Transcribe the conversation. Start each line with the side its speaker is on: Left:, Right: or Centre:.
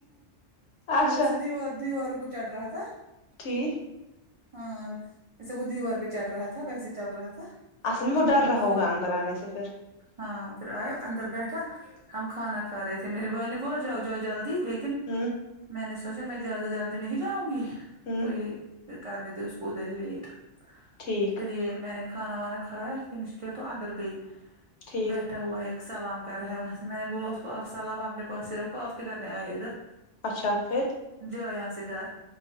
Left: اچھا
Right: وہ جیسے دیوار دیواروں کو چڑھ رہا تھا
Left: ٹھیک
Right: ہاں جیسے وہ دیوار پہ چڑھ رہا تھا ویسے چل رہا تھا
Left: اصل میں وہ ڈر رہا
Right: تو
Left: ہوگا اندر آنے سے پھر
Right: ہاں پھر آئے اندر بیٹھا ہم کھانا کھا رہے تھے میرے بھائی نے بولا جاؤ جاؤ جلدی لیکن
Left: ہوں
Right: میں نے سوچا میں جیادہ جلدی نہیں جاؤں گی
Left: ہوں
Right: تو یہ پھر کرنے دو اس کو ادھر ہی ویٹ
Left: ٹھیک
Right: پھر یہ میں نے کھانا وانا کھایا فنش کیا تو اندر گئی
Left: ٹھیک
Right: بیٹھا ہوا ایک سلام کر رہا ہے وہاں سے میں نے بولا اس کو آپ سلام اپنے پاس ہی رکھو آپ کیا کرنے آئے ادھر
Left: اچھا پھر
Right: جاو یہاں سے دار